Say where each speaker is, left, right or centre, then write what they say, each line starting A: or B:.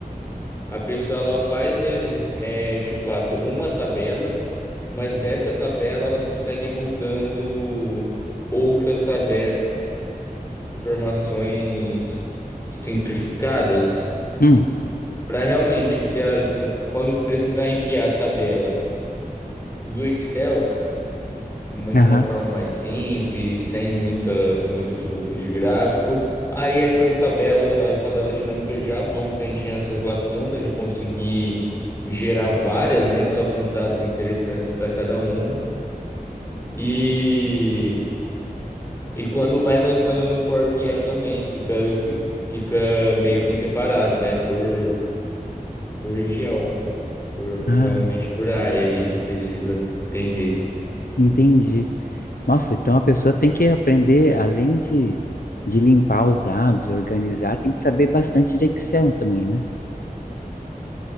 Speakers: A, on the left; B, on the left.
A: a pessoa ela faz re- é, de fato uma tabela, mas dessa tabela ela consegue ir moldando outras tabelas, informações simplificadas,
B: Hum.
A: para realmente, se, a- se- quando precisar enviar a tabela do Excel, mas
B: Aham.
A: de uma forma mais simples, sem muita, muito fluxo de gráfico. Aí essas tabelas, as tabelas dinâmicas já vão preenchendo essas lacunas de conseguir gerar várias, né? Só com os dados interessantes para cada uma. E, e quando vai lançando no Power BI também, fica, fica meio que separado, né? Por, por região, por
B: Ah,
A: realmente por área ali que precisa entender.
B: entendi. Nossa, então a pessoa tem que aprender, além de, de limpar os dados, organizar, tem que saber bastante de Excel também, né?